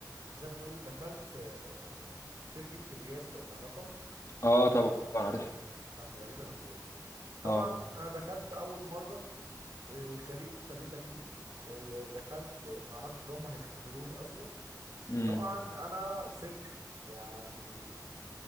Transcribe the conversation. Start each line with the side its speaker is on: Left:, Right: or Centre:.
Right: زي ما تقول إيه، دخلت آه، شركة كريازي لو تعرفها
Left: اه طبعا عارف
Right: بتاعت الأجهزة المنزلية طبعا
Left: اه
Right: اه انا دخلت اول مرة آه، خريج تبريد تكييف آه، دخلت معرفش اللي هم هيختبروني اصلا
Left: امم
Right: طبعا انا صفر يعني